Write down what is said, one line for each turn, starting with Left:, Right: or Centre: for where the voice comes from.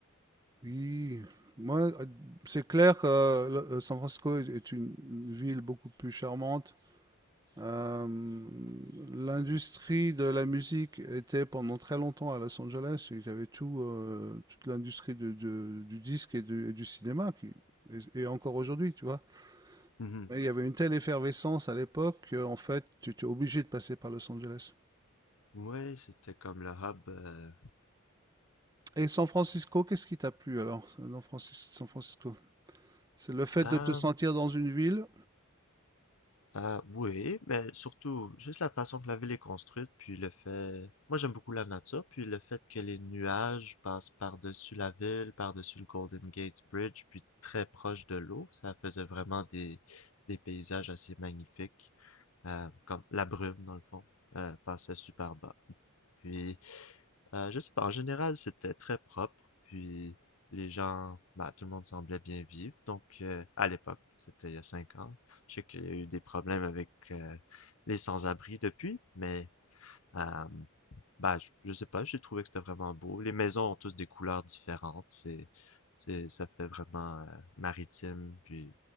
Right: Oui. Moi, euh, c'est clair que euh, le- euh, San Francisco est- est une une ville beaucoup plus charmante. Euh, l'industrie de la musique était pendant très longtemps à Los Angeles. Il y avait tout, euh, toute l'industrie de- de- du disque et du, et du cinéma qui, et, et encore aujourd'hui, tu vois.
Left: Mhm.
Right: Mais il y avait une telle effervescence à l'époque qu'en fait, tu étais obligé de passer par Los Angeles.
Left: Oui, c'était comme le hub. euh,
Right: Et San Francisco, qu'est-ce qui t'a plu alors, dans Francis- San Francisco? C'est le fait
Left: Ah,
Right: de te sentir dans une ville.
Left: ah, oui, mais surtout, juste la façon que la ville est construite, puis le fait... Moi, j'aime beaucoup la nature, puis le fait que les nuages passent par-dessus la ville, par-dessus le Golden Gate Bridge, puis très proche de l'eau, ça faisait vraiment des, des paysages assez magnifiques. euh, comme la brume, dans le fond, euh, passait super bas. Puis, Euh, je sais pas, en général, c'était très propre, puis les gens, bah, tout le monde semblait bien vivre. Donc, euh, à l'époque, c'était il y a cinq ans. Je sais qu'il y a eu des problèmes avec euh, les sans-abri depuis, mais euh, bah, je, je sais pas, j'ai trouvé que c'était vraiment beau. Les maisons ont tous des couleurs différentes. C'est, c'est, ça fait vraiment euh, maritime, puis